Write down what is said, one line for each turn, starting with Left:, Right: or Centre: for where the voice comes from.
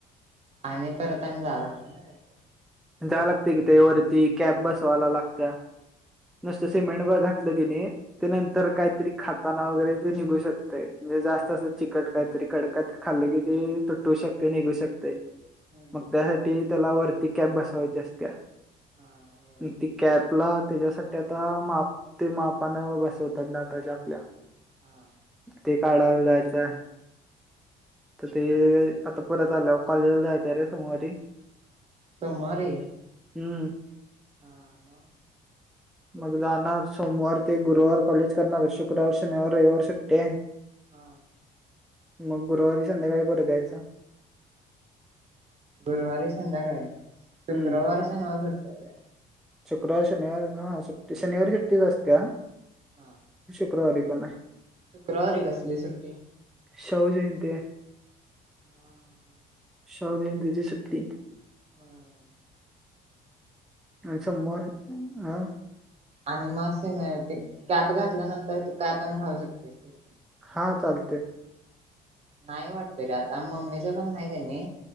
Right: आणि परत आणि जायला लागतंय ना काय तर
Centre: जाय लागतय कि त्यारती कॅब बसवाला लागत्या नसतं सेमेंट बा घातलं की नय ते नंतर काहीतरी खाताना वगैरे ते निघू शकतंय म्हणजे जास्त
Right: होय
Centre: असं चिकट काहीतरी कडक काहीतरी खाल्लं कि ते तटू शकतंय निघू शकतंय
Right: हम्म
Centre: मग त्या ते त्यला वरती कॅब बसावायची असत्या
Right: हा होय
Centre: ती कॅबला त्याज्यासाठी आता मा ते मापानं बसवत्यात दाताच्या आपल्या.
Right: हा
Centre: ते काढायला जायचं हाय. तर ते आता परत आल्यावर कॉलेजला जायच रे सोमवारी.
Right: सोमवारी?
Centre: हम्म.
Right: हा म?
Centre: मग जाणार सोमवार ते गुरुवार कॉलेज करणार शुक्रवार, शनिवार, रविवार सुट्टे.
Right: हा.
Centre: मग गुरुवारी संध्याकाळी परत यायचं.
Right: गुरुवारी संध्याकाळी.
Centre: हम्म
Right: शुक्रवार, शनिवार सुट्टी हाय वय?
Centre: शुक्रवार, शनिवार हा सुट्टी शनिवारी सुट्टीच असते
Right: हा
Centre: शुक्रवारी. कोण नाही.
Right: शुक्रवारी कसली सुट्टी?
Centre: शिवजयंती आहे.
Right: हम्म
Centre: शिवजयंतीची सुट्टी.
Right: हम्म.
Centre: अच्छा म ह <unintelligible>
Right: आणि मसेते कॅप घातल्यानंतर. काय पण खाऊ शकतेस ते.
Centre: हा चालतंय
Right: नाही वाटत रे आता मम्मीचं पण आहे का नाही.